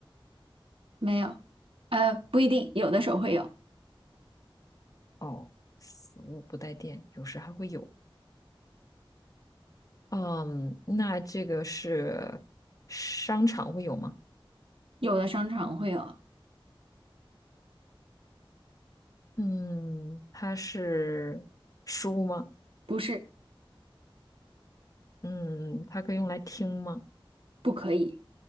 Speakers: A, on the right; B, on the left.
A: 没有。呃，不一定，有的时候会有，
B: 哦，死物不带电，有时还会有。嗯，那这个是商场会有吗？
A: 有的商场会有。
B: 嗯，它是书吗？
A: 不是，
B: 嗯，它可以用来听吗？
A: 不可以。